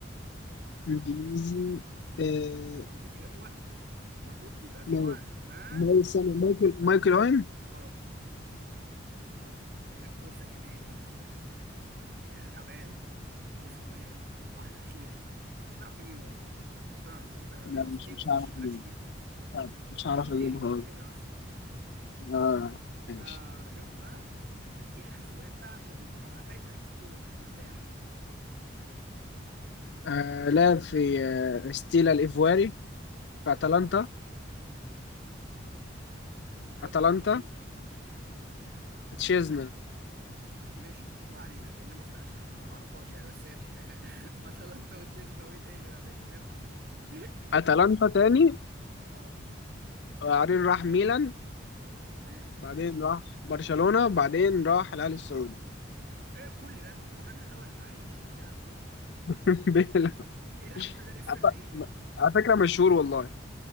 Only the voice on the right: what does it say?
المفروض يبقى فيه وقت المفروض يبقى فيه
وقت ها
غلط باقي لك فرصه كمان يا يا يا يا تعبان فرصه كمان واحده اخيره مش هتعرف تجيبه بس مش هتعرف انت في
الاساطير
مش
مالكش فيه خالص
جون
تيري
ابلع بس
آه شفت بقى هات لي اخر سؤال بقى عشان هبقى فايز عليك سكور مرتاح
الله ايه ده اتلانتا
وبعدين ايه
لا، ماشي ما علينا كأننا ما سمعناش حاجة ما انا ما اعرفهاش يعني بس ماشي <laughs> اتلانتا وتشيزنا وايه تاني بقى ماشي كمل <laughs>
اه
تمام
ايه
ده؟ ايه كل ده؟ معتزل ده ولا عايش ولا بيلعب ولا
بيلعب كل ده لسه
ده ايه؟